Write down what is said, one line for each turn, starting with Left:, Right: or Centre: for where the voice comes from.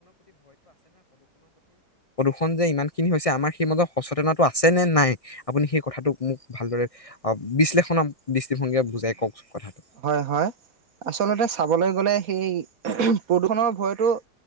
Left: খন যে ইমান খিনি হৈছে। আমাৰ সেই মাজত সচেতনটো আছে নে', নাই আপুনি সেই কথাটোক মোক ভালদৰে বিশ্লেষণ দৃষ্টিভংগীৰে বুজাই কওকচোন কথাটো
Right: হয়-হয় আচলতে চাবলৈ গলে সেই প্ৰদূষণৰ ভয়তটো